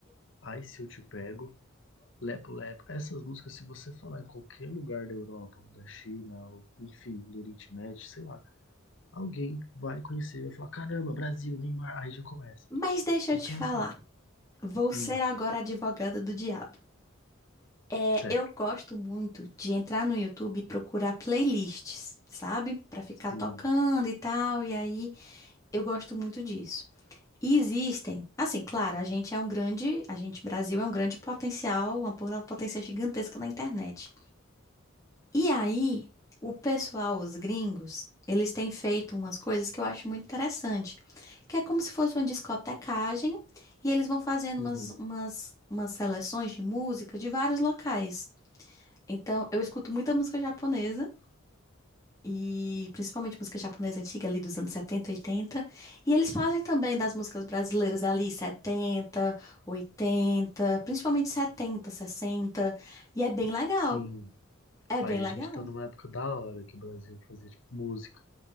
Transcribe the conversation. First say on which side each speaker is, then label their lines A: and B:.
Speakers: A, on the left; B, on the left.
A: Ai Se Eu Te Pego, Lepo Lepo. Essas músicas, se você falar em qualquer lugar da Europa, ou da China, ou, enfim, do Oriente Médio, sei lá, alguém vai conhecer, vai falar, caramba, Brasil, Neymar, aí já começa.
B: Mas deixa
A: Então,
B: eu te falar,
A: assim,
B: vou ser
A: hum,
B: agora a advogada do diabo. É,
A: certo.
B: eu gosto muito de entrar no YouTube e procurar playlists, sabe? Pra ficar
A: Sim,
B: tocando e tal, e aí eu gosto muito disso. E existem, assim, claro, a gente é um grande, a gente Brasil é um grande potencial, uma po- potência gigantesca na internet. E aí, o pessoal, os gringos, eles têm feito umas coisas que eu acho muito interessante, que é como se fosse uma discotecagem e eles vão fazendo
A: Uhum.
B: umas, umas, umas seleções de música de vários locais. Então, eu escuto muita música japonesa e principalmente música japonesa antiga ali dos anos setenta oitenta e eles fazem também das músicas brasileiras ali 70 80 principalmente 70 60 e é bem legal.
A: Sim.
B: É
A: Aí
B: bem legal.
A: a gente tá numa época da hora que o Brasil fazia tipo, música.